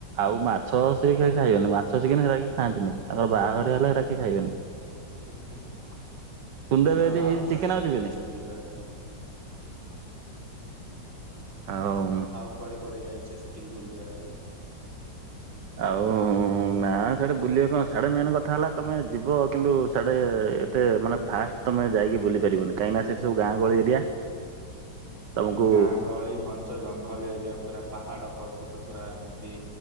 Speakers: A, on the right; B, on the right.
A: ଆଉ ମାଛ, ସେ କିଏ ଖାଇ ଖାଇବନି ମାଛ ଚିକେନ ସେଗୁରା କେହି ଖାଆନ୍ତିନି। ତାଙ୍କର ବାହାଘର ହେଲେ ଏଇଗୁରା କେହି ଖାଇବେନି।
B: <unintelligible>
A: ସୁନଦେବେ
B: ଯାଉ
A: ଯଦି
B: ଆଉ
A: ହେଇ
B: କୁଆଡେ
A: ଚିକେନ
B: କୁଆଡେ
A: ଯିବେନି
B: ଯାଇଛ ବୁଲିବା ପାଇଁ?
A: ଆଉ
B: ଆଉ କୁଆଡେ କୁଆଡେ ଯାଇଛ ସେଠିକି ବୁଲିବା ପାଇଁ?
A: ଆଉ ନା, ସାଡେ ବୁଲିବା କଣ ସାଡେ ମେନ୍ କଥା। ହେଲା ତମେ ଯିବ କିନ୍ତୁ ସାଡେ ଏତେ ମାନେ ଫାଷ୍ଟ ତମେ ଯାଇକି ବୁଲି ପାରିବନି, କାହିଁକିନା ସେଠି ସବୁ ଗହଳି ଏରିଆ। ତମକୁ
B: ଗାଁ ଗହଳି, ଘଞ୍ଚ ଜଙ୍ଗଲ ଏରିଆ, ପୁରା ପାହାଡ ପର୍ବତ ପୁରା ଏମିତି